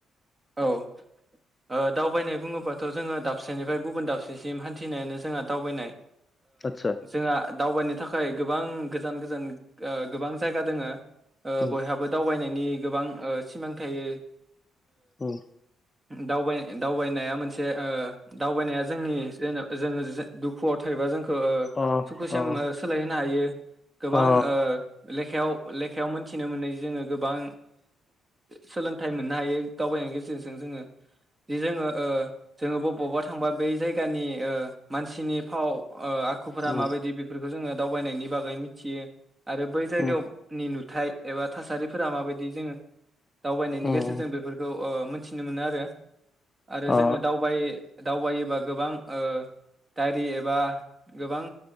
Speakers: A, on the right; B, on the left.
A: औ दावबायनाय बुङोबाथ' जोङो दाबसेनिफ्राय गुबुन दाबसेसिम हान्थिनायानो जोंहा दावबायनाय
B: आतसा
A: जोंहा दावबायनो थाखाय गोबां गोजान - गोजान गोबां जायगा दोङो
B: उम
A: बयहाबो दावबायनायनि गोबां सिमां थायो
B: औ
A: दाबाय दावबायनाया मोनसे दावबायनाया जोंनि जेन जोङो दुखुआव थायोबा जों
B: अ
A: सुखुसिम
B: अ
A: सोलायहोनो हायो गोबां
B: अ
A: लेखायाव लेखायाव मोनथिनो मोनै जोङो गोबां सोलोंथाइ मोननो हायो दावबायनाय गेरजों जोङो जि जोङो जोङो बबावबा थांबा बै जायगानि मानसिनि फाव आखुफोरा
B: उम
A: माबायदि बेफोरखौ जोङो दावबायनायनि बागै मिथियो आरो बै जायगायावनि
B: उम
A: नुथाइ एबा थासारिफोरा माबायदि जोङो दावबायनायनि
B: उम
A: गेजेरजों
B: उम
A: बेफोरखौ मिथिनो मोनो आरो आरो
B: अ
A: जोङो दावबाय दावबायोबा गोबां सावगारिरि एबा गोबां